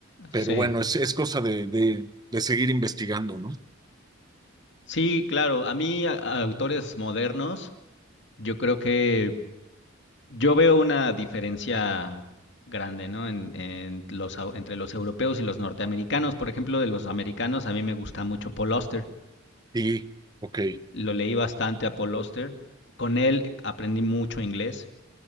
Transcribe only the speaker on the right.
Pero bueno, es, es cosa de, de, de seguir investigando, ¿no?
Sí, ok,